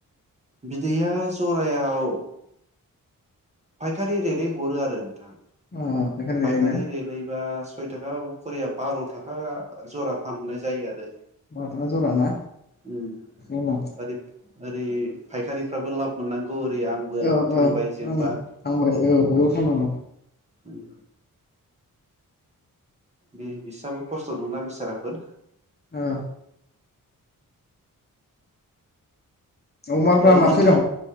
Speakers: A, on the right; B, on the left.
A: बिदैया जरायाव फायखारि रेदै हरो आरो नोंथां।
B: ओ
A: फायखारि
B: ओरैनो
A: रेदैबा सय थाखा खरिया बार था <unintelligible> जरा फानहरनाय जायो आरो
B: ओ जरा ना
A: उम
B: ओ
A: ओरै ओरै फायखारिफ्राबो लाब मोननांगौ बो ओरै आंबो
B: औ
A: थांबाय
B: औ
A: जेनबा
B: ओं थांबाय औ बयबो थांनागौ । <inaudible> <inaudible>
A: उम बि-बिसां खस्थ दंना बेसाराफोर ।
B: औ अमाफ्रा
A: ओ
B: माबसे
A: नोंथां
B: दं